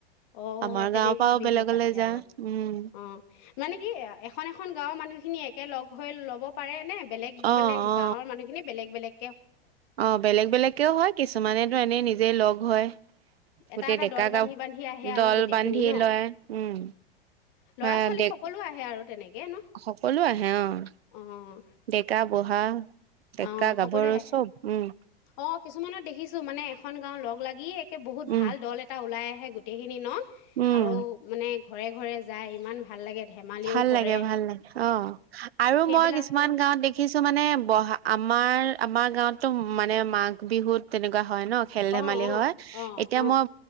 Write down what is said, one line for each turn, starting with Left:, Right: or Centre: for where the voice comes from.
Left: অহ,
Right: আমাৰ
Left: তেনেকৈ
Right: গাঁৱৰ পৰাও
Left: বিহু
Right: বেলেগলৈ
Left: পাতে
Right: যা
Left: আৰু
Right: উম
Left: অ', মানে কি এখন এখন গাঁওৰ মানুহখিনি এক তাকে লগ হৈ ল'ব পাৰেনে বেলেগ
Right: অ
Left: মানে
Right: অ
Left: গাঁৱৰ মানুহখিনি বেলেগ বেলেগ
Right: অ', বেলেগ বেলেগকেও হয় কিছুমানেতটো এনেই নিজে লগ হয় হে গোটেই
Left: এটা এটা
Right: ডেকা
Left: দল
Right: গা
Left: বান্ধি বান্ধি আহে
Right: দল
Left: আৰু গোটেইখিনি
Right: বান্ধি
Left: ন
Right: লয়। উম,
Left: ল'ৰা
Right: আহ,
Left: ছোৱালী
Right: ডেক
Left: সকলো আহে আৰু তেনেকে ন
Right: সকলো আহে অ'।
Left: অঁ
Right: ডেকা বুঢ়া ডেকা
Left: অঁ
Right: গাভৰু
Left: সকলোৱে আহে
Right: চব উম।
Left: অঁ কিছুমানত দেখিছোঁ মানে এখন গাঁও লগ লাগিয়ে বহুত
Right: উম
Left: ভাল দল এটা ওলায় হে গোটেইখিনি ন'?
Right: উম
Left: আৰু মানে ঘৰে ঘৰে যায় ইমান ভাল লাগে। ধেমালিও
Right: ভাল
Left: কৰে
Right: লাগে, ভাল লাগে। অঁ। আৰু
Left: সেইবিলাক
Right: মই কিছুমান
Left: অঁ
Right: গাঁৱত দেখিছো মানে বহা আমাৰ - আমাৰ গাঁৱত তু মানে মাঘ বিহুত তেনেকুৱা হয় ন খেল
Left: অঁ
Right: ধেমালি
Left: অঁ
Right: হয়
Left: অঁ
Right: এতিয়া
Left: অঁ
Right: মই